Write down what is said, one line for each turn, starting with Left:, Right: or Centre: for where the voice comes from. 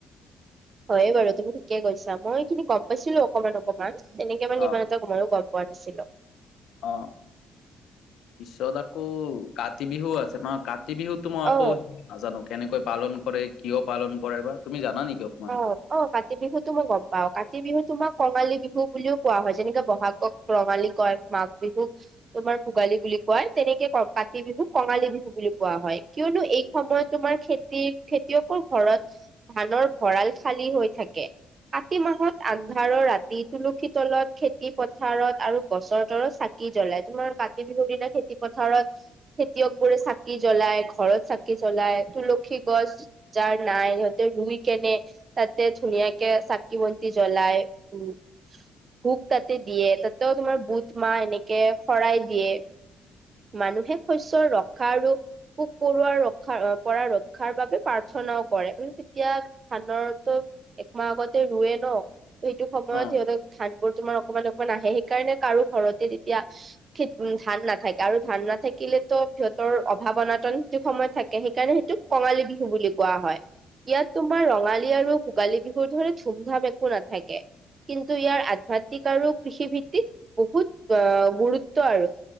Right: হয়ে বাৰু তুমি ঠিকে কৈছা মইখিনি গম পাইছিলো অকমান অকমান। অকমান এনেকে মানে
Left: অ
Right: ইমান এটা ম ই গম পোৱা নাছিলোঁ।
Left: অ'। পিছত আকৌ কাতি বিহু আছে ন কাতি বিহুত কিন্তু মই আকৌ
Right: অ
Left: নাজানো কেনেকৈ পালন কৰে কিয় পালন কৰে বা তুমি জানা নেকি অকমান?
Right: অ অ কাতি বিহুতটো মই গম পাওঁ কাতি বিহু তোমাক কঙালী বিহু বুলিও কোৱা হয় যেনেকে বহাগক ৰঙিলী কয় মাঘ বিহু তোমাৰ ভোগালী বুলি কোৱায় তেনেকে ক কাতি বিহুক কঙালী বিহু বুলি কোৱা হয়। কিয়নো এই সময়ত তোমাৰ খেতিৰ খেতিয়কৰ ঘৰত ধানৰ ভঁৰাল খালী হৈ থাকে, কাতি মাহত আন্ধাৰৰ ৰাতি তুলসী তলত খেতি পথাৰত আৰু তুলসী তলৰ চাকি চাকী জ্বলাই তোমাৰ কাতি বিহু দিনা খেতি পথাৰত খেতিয়ক বোৰে চাকি জ্বলাই ঘৰত চাকি জ্বলাই তুলসী গছ যাৰ নাই ইহঁতে ৰুই কেনে তাতে ধুনিয়াকে চাকি বন্তি জ্বলাই। উম, ভোক তাতে দিয়ে তাতেও তোমাৰ বুট মাহ এনেকে শৰাই দিয়ে। মানুহে শস্য ৰক্ষা আৰু পোক পৰুৱা ৰক্ষা পৰা ৰক্ষাৰ বাবে প্ৰাৰ্থনাও কৰে মানে তেতিয়া ধান একমাহ আগতে ৰৱে ন সেইটো সময়ত
Left: অ',
Right: সিহঁতক ধান বোৰ তোমাৰ অকমান অকমান আহে সেইকাৰণে কাৰো ঘৰতে তেতিয়া খ ধান নাথাকে। আৰু ধান নাথাকিলেতো সিহঁতৰ অভাৱ অনাটন য যটো সময়ত থাকে সেইকাৰণে সেইটোক কঙালী বিহু বুলি কোৱা হয়। ইয়াত তোমাৰ ৰঙালী আৰু ভোগালী বিহুৰ ধৰে ধুম ধাম একো নাথাকে। কিন্তু ইয়াৰ আধ্যাতিক আৰু কৃষি ভিত্তিক বহুত আহ গুৰুত্ব আৰু।